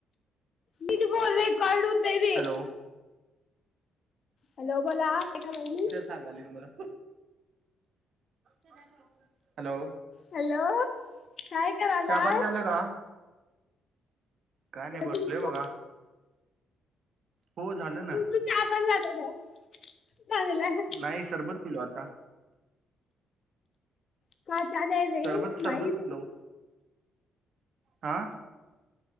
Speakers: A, on the left; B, on the right.
A: नि बोलोल आहे कडत.
B: हॅलो
A: हॅलो बोला काय राहिली..
B: सांगालीचु मला. हॅलो.
A: हॅलो काय करायलास
B: चहापाणी झालंय का काय नाही
A: तुमचं
B: बसलोय बघा. हो झालं ना.
A: तु आपण जातो का चांगलं आहे.
B: नाही सरबत तुल आता.
A: का. रे
B: तररबत सरबत
A: माई
B: पिलो हा.